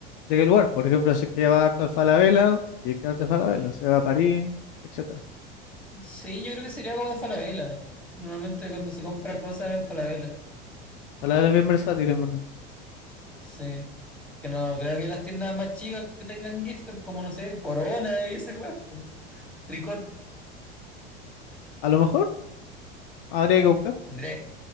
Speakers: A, on the left (about 55°); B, in the centre.
A: de qué lugar. Por ejemplo, si es que va harto a Falabella, gift card de Falabella. Si va a París, etcétera.
B: Sí, yo creo que sería algo de Falabella. Normalmente cuando se compra cosas en Falabella.
A: Falabella es bien versátil, en verdad.
B: Sí. Porque no, creo que las tiendas más chicas que tengan gift card, como no sé, Corona y esa weá, po. Tricot.
A: A lo mejor habría que buscar.
B: Tendría,